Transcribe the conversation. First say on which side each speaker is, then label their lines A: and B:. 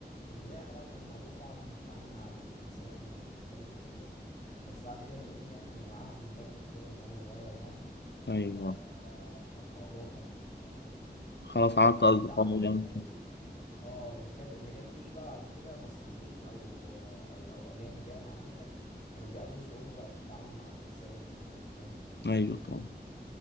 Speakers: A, on the left (about 45°); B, on the left (about 80°).
A: في البداية طبعا كان الموضوع صعب انك تتعامل مع الجنسيات المختلفة وكده بس بعد كده بما اني يعني معاهم من تالتة ابتدائي من وانا صغير يعني
B: أيوة
A: ف... فالموضوع كان آه،
B: خلاص
A: يعني
B: عملت
A: كان
B: أصدقاء
A: فيه تعود
B: يعني كده.
A: اه اللي كان اللي كان بيجي بقى بعد كده مصريين او او او اجانب يعني عامه كانوا بيقابلوا صعوبه بقى في التعامل مع الجنسيات المختلفه فاهم
B: أيوة طبعا